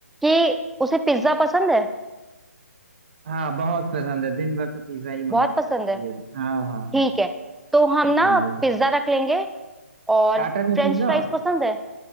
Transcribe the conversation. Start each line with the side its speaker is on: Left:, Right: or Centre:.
Centre: कि उसे पिज्जा पसंद है
Right: हाँ बहुत पसंद है दिन भर तो पिज्ज़ा ही मंगाते
Centre: बहुत पसंद
Right: रहती
Centre: है
Right: है हाँ हाँ
Centre: ठीक
Right: हाँ
Centre: है तो हम
Right: बताइए
Centre: ना पिज्जा रख लेंगे और
Right: स्टार्टर में
Centre: फ्रेंच
Right: पिज्ज़ा
Centre: फ्राइज पसंद है